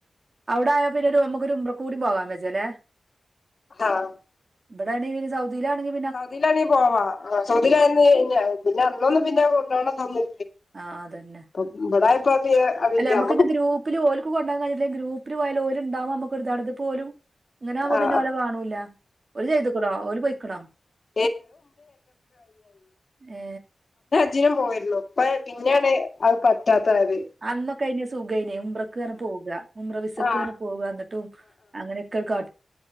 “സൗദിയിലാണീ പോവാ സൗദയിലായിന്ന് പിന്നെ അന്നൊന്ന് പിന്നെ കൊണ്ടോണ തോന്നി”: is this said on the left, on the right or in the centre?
Left